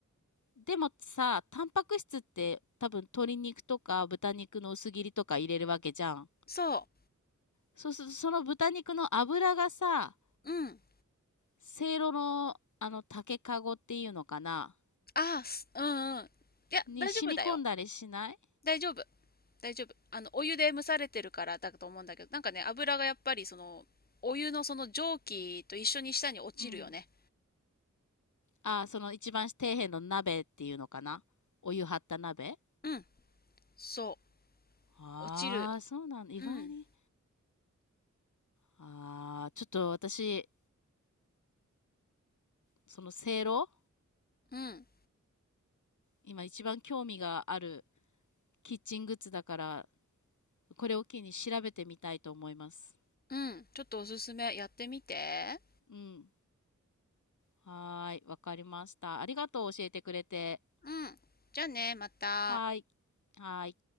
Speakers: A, on the left (about 75°); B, on the left (about 30°).
A: でもさ、タンパク質って多分鶏肉とか豚肉の薄切りとか入れるわけじゃん。
B: そ
A: そうするとその豚肉の脂がさ、
B: う。うん。
A: せいろのあの竹かごっていうのかな
B: ああ、すうんうん。いや、
A: に染み込んだりしない
B: 大丈夫だよ。大丈夫。大丈夫。あの、お湯で蒸されてるからだと思うんだけど、なんかね、油がやっぱりその、お湯のその蒸気と一緒に下に落ちるよね。
A: うん。あ、その一番底辺の鍋っていうのかなお湯張った鍋
B: うん。そ
A: ああ、
B: う。落ちる。
A: そうなんだ。意外に。
B: うん。
A: ああ、ちょっと私、そのせいろ、
B: うん。
A: 今一番興味があるキッチングッズだから、これを機に調べてみたいと思います。
B: うん。ちょっとおすすめ。やってみて。
A: うん。はーい、わかりました。ありがとう、教えてくれて。
B: うん。じゃあね、また。
A: はーい、はーい。